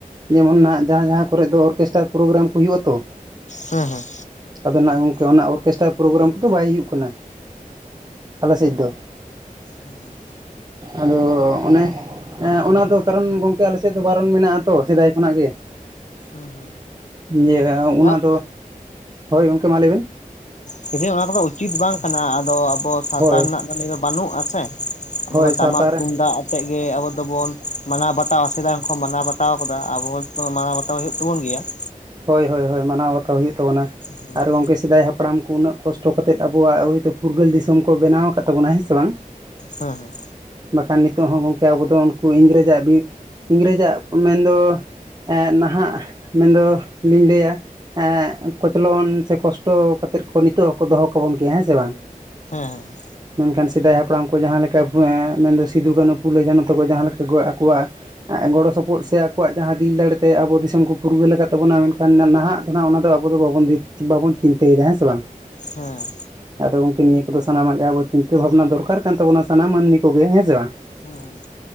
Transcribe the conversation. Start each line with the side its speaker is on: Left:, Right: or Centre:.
Right: ᱡᱮᱢᱚᱱ ᱱᱟᱦᱜ ᱡᱟᱦᱟᱸ ᱡᱟᱦᱟᱸ ᱠᱚᱨᱮ ᱫᱚ ᱚᱨᱠᱮᱥᱴᱨᱟ ᱯᱨᱳᱜᱨᱟᱢ ᱠᱚ ᱦᱩᱭᱩᱜᱼᱟ ᱛᱚ ᱾
Left: ᱦᱮᱸ ᱦᱮᱸ
Right: ᱟᱫᱚ ᱱᱟᱜ ᱜᱚᱝᱠᱮ ᱚᱱᱟ ᱚᱨᱠᱮᱥᱴᱟᱨ ᱯᱨᱳᱜᱨᱟᱢ ᱠᱚᱫᱚ ᱵᱟᱭ ᱦᱩᱭᱩᱜ ᱠᱟᱱᱟ ᱟᱞᱮ ᱥᱮᱫ ᱫᱚ ᱾
Left: ᱦᱩᱸ ᱦᱩᱸ ᱾
Right: ᱟᱫᱚ ᱚᱱᱮ ᱦᱮᱸ, ᱚᱱᱟ ᱫᱚ ᱠᱟᱨᱚᱱ ᱜᱚᱝᱠᱮ ᱟᱞᱮ ᱥᱮᱫ ᱫᱚ ᱵᱟᱨᱚᱱ ᱢᱮᱱᱟᱜᱼᱟ ᱛᱚ ᱥᱮᱫᱟᱭ ᱠᱷᱚᱱᱟᱜ ᱜᱮ ᱾
Left: ᱦᱮᱸ ᱦᱮᱸ
Right: ᱤᱭᱟᱹ ᱚᱱᱟ
Left: ᱵᱟᱝ
Right: ᱫᱚ ᱦᱳᱭ ᱜᱚᱝᱠᱮ, ᱢᱟ ᱞᱟᱹᱭ ᱵᱮᱱ?
Left: ᱠᱤᱱᱛᱩ ᱚᱱᱟ ᱠᱚᱫᱚ ᱩᱪᱤᱛ ᱵᱟᱝ ᱠᱟᱱᱟ ᱟᱫᱚ ᱟᱵᱚ ᱥᱟᱶᱛᱟ
Right: ᱦᱳᱭ
Left: ᱨᱮᱱᱟᱜ ᱫᱚ ᱱᱤᱭᱟᱹ ᱫᱚ ᱵᱟᱹᱱᱩᱜ ᱟᱥᱮ ᱾ ᱟᱵᱚ
Right: ᱦᱳᱭ
Left: ᱫᱚ
Right: ᱥᱟᱶᱛᱟ
Left: ᱴᱟᱢᱟᱠ
Right: ᱨᱮ
Left: ᱛᱩᱢᱫᱟᱜ ᱠᱟᱛᱮ ᱜᱮ ᱟᱵᱚ ᱫᱚᱵᱚᱱ ᱢᱟᱱᱟᱣ ᱵᱟᱛᱟᱣᱟ, ᱥᱮᱫᱟᱭ ᱠᱷᱚᱱ ᱢᱟᱱᱟᱣ ᱵᱟᱛᱟᱣ ᱠᱟᱫᱟ, ᱟᱵᱚ ᱦᱚᱲ ᱢᱟᱱᱟᱣ ᱵᱟᱛᱟᱣ ᱦᱩᱭᱩᱜ ᱛᱟᱵᱚᱱ ᱜᱮᱭᱟ ᱾
Right: ᱦᱳᱭ ᱦᱳᱭ ᱦᱳᱭ ᱢᱟᱱᱟᱣ ᱵᱟᱛᱟᱣ ᱦᱩᱭᱩᱜ ᱛᱟᱵᱚᱱᱟ ᱾
Left: ᱦᱮᱸ
Right: ᱟᱨ ᱜᱚᱝᱠᱮ ᱥᱮᱫᱟᱭ ᱦᱟᱯᱲᱟᱢ ᱠᱚ ᱩᱱᱟᱹᱜ ᱠᱚᱥᱴᱚ ᱠᱟᱛᱮᱫ ᱟᱵᱚᱣᱟᱜ ᱦᱚᱭᱛᱳ ᱯᱷᱩᱨᱜᱟᱹᱞ ᱫᱤᱥᱚᱢ ᱠᱚ ᱵᱮᱱᱟᱣ ᱟᱠᱟᱫ ᱛᱟᱵᱚᱱᱟ ᱾ ᱦᱮᱸ ᱥᱮ ᱵᱟᱝ?
Left: ᱦᱮᱸ ᱦᱮᱸ᱾
Right: ᱵᱟᱠᱷᱟᱱ ᱱᱤᱛᱚᱜ ᱦᱚᱸ ᱜᱚᱝᱠᱮ ᱟᱵᱚ ᱩᱱᱠᱩ ᱤᱝᱨᱮᱡᱟᱜ ᱵᱤᱨ ᱤᱝᱨᱮᱡᱟᱜ ᱢᱮᱱ ᱫᱚ ᱮᱸ ᱱᱟᱦᱟᱸᱜ ᱢᱮᱱ ᱫᱚ ᱞᱤᱧ ᱞᱟᱹᱭᱟ ᱦᱮᱸ ᱠᱚᱪᱞᱚᱱ ᱥᱮ ᱠᱚᱥᱴᱚ ᱠᱟᱛᱮᱫ ᱠᱚ ᱱᱤᱛᱚᱜ ᱦᱚᱸᱠᱚ ᱫᱚᱦᱚ ᱠᱟᱵᱚᱱ ᱜᱮᱭᱟ ᱦᱮᱸ ᱥᱮ ᱵᱟᱝ
Left: ᱦᱮᱸ
Right: ᱢᱮᱱᱠᱷᱟᱱ ᱥᱮᱫᱟᱭ ᱦᱟᱯᱲᱟᱢ ᱠᱚ ᱡᱟᱦᱟᱸ ᱞᱮᱠᱟ ᱢᱮᱱᱫᱚ ᱥᱤᱫᱩᱼ ᱠᱟᱹᱱᱦᱩ ᱯᱩᱞᱟᱹ ᱡᱷᱟᱱᱚ ᱛᱟᱠᱚ ᱡᱟᱦᱟᱸ ᱞᱮᱠᱟ ᱠᱚ ᱟᱠᱚᱣᱟᱜ ᱜᱚᱲᱚ ᱥᱚᱯᱚᱦᱚᱫ ᱥᱮ ᱟᱠᱚᱣᱟᱜ ᱡᱟᱦᱟᱸ ᱫᱤᱞ ᱫᱟᱲᱮᱛᱮ ᱟᱵᱚ ᱫᱤᱥᱚᱢ ᱠᱚ ᱯᱷᱩᱨᱜᱟᱹᱞ ᱟᱠᱟᱫ ᱛᱟᱵᱚᱱᱟ ᱢᱮᱱᱠᱷᱟᱱ ᱮᱱᱠᱷᱟᱱ ᱱᱟᱦᱟᱸᱜ ᱫᱚᱱᱟᱜ ᱚᱱᱟ ᱫᱚ ᱟᱵᱚ ᱫᱚ ᱵᱟ ᱵᱟᱵᱚᱱ ᱪᱤᱱᱛᱟᱹᱭᱮᱫᱟ ᱦᱮᱸ ᱥᱮ ᱵᱟᱝ
Left: ᱦᱮᱸ
Right: ᱟᱫᱚ ᱜᱚᱢᱠᱮ ᱱᱤᱭᱟᱹ ᱠᱚᱫᱚ ᱥᱟᱱᱟᱢᱟᱜ ᱜᱮ ᱟᱵᱚ ᱪᱤᱱᱛᱟᱹ ᱵᱷᱟᱵᱽᱱᱟ ᱫᱚᱨᱠᱟᱨ ᱠᱟᱱ ᱛᱟᱵᱚᱱᱟ ᱥᱟᱱᱟᱢ ᱢᱟᱹᱱᱢᱤ ᱠᱚᱜᱮ ᱦᱮᱸ ᱥᱮ ᱵᱟᱝ
Left: ᱦᱩᱸ <inaudible>